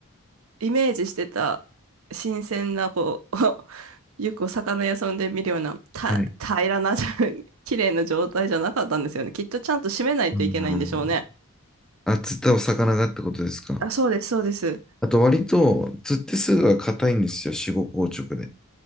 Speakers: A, on the right (about 70°); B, in the centre.
A: イメージしてた新鮮な、こう、<laughs> よくお魚屋さんで見るような、た、
B: はい。
A: 平らな、<laughs> 綺麗な状態じゃなかったんですよね。きっとちゃんと締めないといけないんでしょうね。
B: うんあ、釣ったお魚がってことですか。
A: あ、そうです、そうです。
B: あと、割と、釣ってすぐは硬いんですよ、死後硬直で。